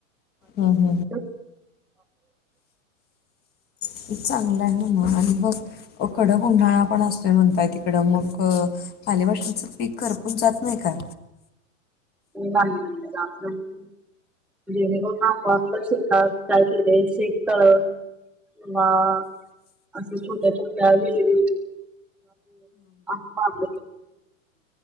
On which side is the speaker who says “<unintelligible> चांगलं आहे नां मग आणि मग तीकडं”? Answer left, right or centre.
Left